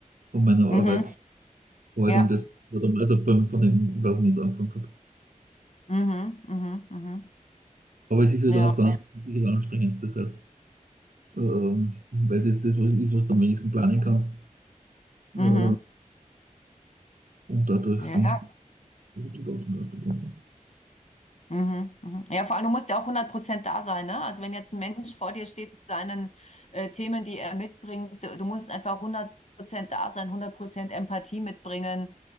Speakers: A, on the right; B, on the left.
A: von meiner
B: Mhm.
A: Arbeit heute
B: Ja.
A: und das war dann also von, von dem, warum ich es angefangen habe.
B: Mhm. Mhm. Mhm.
A: Aber es ist halt
B: Ja.
A: dann auf der Ja, anderen Seite wirklich anstrengend, deshalb, ähm, weil das das was ist, was du am wenigsten planen kannst. Äh,
B: Mhm.
A: und dadurch
B: Ja.
A: bin ich gut gelassen aus dem Ganzen.
B: Mhm, mhm. Ja, vor allem, du musst ja auch hundert Prozent da sein, ne? Also wenn jetzt ein Mensch vor dir steht mit seinen äh, Themen, die er mitbringt, du musst einfach hundert Prozent da sein, hundert Prozent Empathie mitbringen